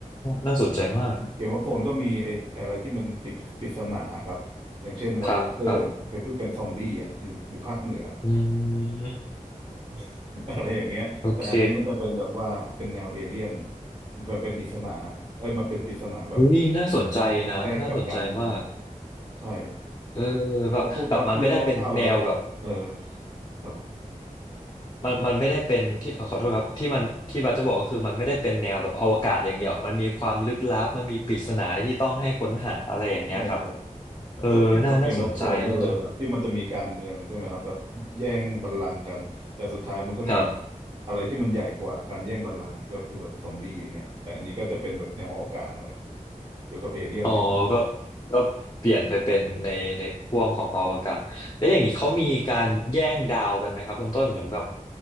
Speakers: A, on the left; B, on the right.
A: น่าสนใจมาก
B: เกมออฟโทนก็มีไอ้อะไรที่มันปิดปริศนาครับอย่างเช่นไว
A: ครับครับ
B: i t วอ a l เกอร์อย่างเงี้ยไปคือเป็นซอมบี้อ่ะอยู่อยู่ภาคเหนือ
A: อืม
B: <laughs> อะไรอย่างเงี้ยแต่อันนี้มันจะเป็นแบบว่าเป็นแนวเอเลี่ยน
A: โอเค
B: มันเป็นเป็นอิสนาเอ้ยมันเป็นปริศนาแบบ
A: อุ้ยน่าสนใจนะน่าสนใจมาก
B: เป็นพอดแทรกกับการเมืองใช่
A: เออแบบแบบมันไม่ได้เป็นแนวแบบ
B: พอพูดพล็อตเรื่องคร่าวๆแล้วแบบเออครับ
A: มันมันไม่ได้เป็นที่เอ่อขอโทษครับที่มันที่บาสจะบอกก็คือมันไม่ได้เป็นแนวแบบอวกาศอย่างเดียวมันมีความลึกลับมันมีปริศนาที่ต้องให้ค้นหาอะไรอย่างเงี้ยครับ
B: ใช่ครับ
A: เออน่าน่าสนใจคุณต้น
B: ก็เทียบกับเกมวอ r โ n รนได้เลยแบบที่มันจะมีการเมืองใช่ไหมครับแบบแย่งบัลลังก์กันแต่สุดท้ายมันก็มี
A: ครับ
B: อะไรที่มันใหญ่กว่าการแย่งบัลลังก์อะก็คือแบบซอมบี้อย่างเงี้ยแต่อันนี้ก็จะเป็นแบบแนวอวกาศหน่อยเกี่ยวกับเอเลี่ยนแทน
A: อ๋อก็ก็เปลี่ยนไปเป็นในในห่วงของอวกาศแล้วอย่างนี้เขามีการแย่งดาวกันไหมครับคุณต้นเหมือนแบบ